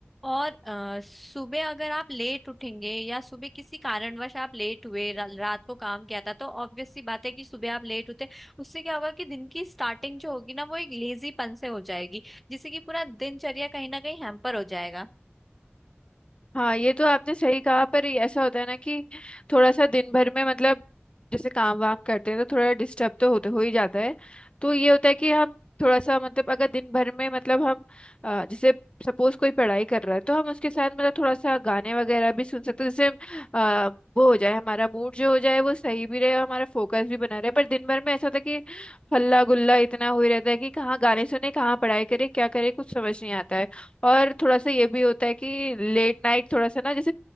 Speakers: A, in the centre; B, on the left.
A: और अ, सुबह अगर आप लेट उठेंगे या सुबह किसी कारणवश आप लेट हुए रा, रात को काम किया था तो ऑब्वियस सी बात है कि सुबह आप लेट उठे उससे क्या होगा कि दिन की स्टार्टिंग जो होगी ना वो एक लेजीपन से हो जाएगी जिससे कि पूरा दिनचर्या कहीं ना कहीं हैम्पर हो जाएगा
B: हाँ ये तो आपने सही कहा पर ये ऐसा होता है ना कि थोड़ा सा दिन भर में मतलब जैसे काम वाम करते हैं तो थोड़ा डिस्टर्ब तो होते हो ही जाता है तो ये होता है कि हम थोड़ा सा मतलब अगर दिन भर में मतलब हम अ, जैसे सपोज कोई पढ़ाई कर रहा है तो हम उसके साथ मतलब थोड़ा सा गाने वगैरह भी सुन सकते हैं जिससे अ, वो हो जाए हमारा मूड जो हो जाए वो सही भी रहे और हमारा फोकस भी बना रहे पर दिन भर में ऐसा होता है कि हल्ला गुल्ला इतना हुई रहता है कि कहाँ गाने सुने कहाँ पढ़ाई करे क्या करे कुछ समझ नहीं आता है और थोड़ा सा ये भी होता है कि लेट नाइट थोड़ा सा ना जैसे